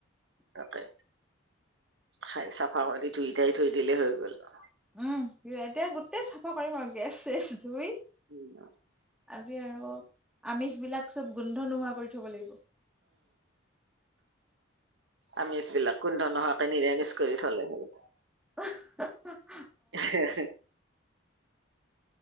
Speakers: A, on the right (about 65°); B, in the centre.
A: তাকে। খাই চাফা কৰি ধুই ধাই থৈ দিলেই হৈ গ'ল বাও।
B: উম, সি এ এতিয়া গোটেই চাফা কৰিম আৰু গেছ - চেছ ধুই।
A: উম।
B: আজি আৰু আমিষবিলাক চব গোন্ধ নোহোৱা কৰি থব লাগিব।
A: আমিষবিলাক, গোন্ধ নোহোৱাকে নিৰামিষ কৰি থলে হল।
B: অহ অ অ।
A: এহে হে।